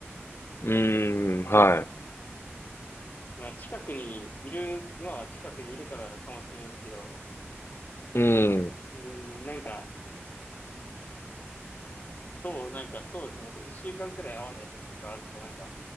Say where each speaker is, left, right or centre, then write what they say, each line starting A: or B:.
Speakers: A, on the left (about 60°); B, on the left (about 40°).
A: うーん、は
B: まあ近くにいる、今は近くにいるからかもしれないですけど、
A: い。うーん。
B: うーん、なんか、そう、なんかそうですね。なんか一週間くらい会わない時とかあると、なんか、